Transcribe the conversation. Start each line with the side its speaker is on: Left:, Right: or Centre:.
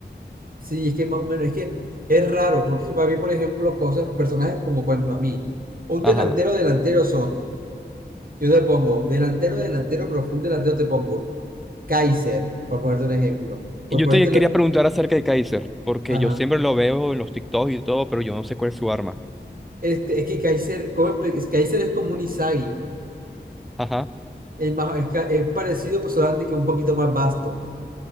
Right: Sí, es que más o menos, es que es raro, porque para mí, por ejemplo, cosas, personajes como, por ejemplo, a mí, un delantero,
Centre: Ajá.
Right: delantero son, yo te pongo, delantero, delantero, pero full delantero te pongo, Kaiser, por ponerte un ejemplo, por
Centre: Y Yo
Right: ponértelo,
Centre: te quería preguntar acerca de Kaiser, porque
Right: ajá,
Centre: yo siempre lo veo en los TikToks y todo, pero yo no sé cuál es su arma.
Right: este, es que Kaiser, ¿cómo expli- es- Kaiser es como un Izagi
Centre: Ajá.
Right: es, más, es, ca- es parecido, pero solamente que un poquito más vasto,